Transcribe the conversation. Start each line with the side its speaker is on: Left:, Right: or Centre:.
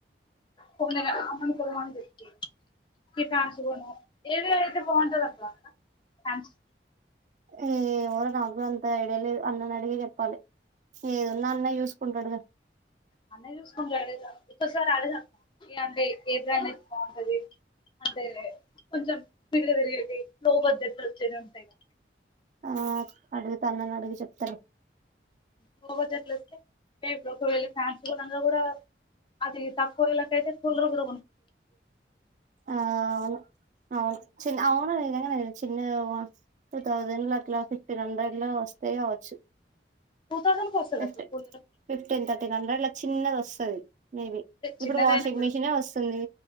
Left: కొనే అమ్మను కొనమన జెప్పిగ టి ఫ్యాన్స్ కూడా ఏదేధైతే బాగుంటదక్క ఫ్యాన్స్
Right: ఏవో నాక్గూడ అంత ఐడియా లేదు అన్ననడిగి జెప్పాలె ఏదున్నా అన్న యూసుకుంటడుగ
Left: అన్న యూసుకుంటడు ఒక్కసారి అడుగక్క ఏ అంటే ఏది అనేది బాగుంటది అంటే కొంచెం స్పీడ్గ తిరిగేటియి స్లోగ జస్ట్ వచ్చేది ఉంటయి గా
Right: ఆ అడుగుత అన్ననడిగి చెప్తరు
Left: లో బడ్జెట్లొస్తే ఒకవేళ ఫ్యాన్స్ కొనంగ గుడా అది తక్కువ వెలకైతే కులర్ గూడ
Right: ఆవును అవును చిన్న ఆ <unintelligible> చిన్న టూ థౌజండ్ల అట్లా ఫిఫ్టీన్ హండ్రెడ్లా వస్తై కావచ్చు
Left: టూ థౌసండ్ కి వస్తది
Right: ఎఫ్టీన్
Left: అక్క కూలర్
Right: ఫిఫ్టీన్ థర్టీన్ హండ్రెడ్ల చిన్నదొస్తది మేబి ఇప్పుడు
Left: చిన్నదైనా
Right: వాషింగ్
Left: కూడా
Right: మిషినే వస్తుంది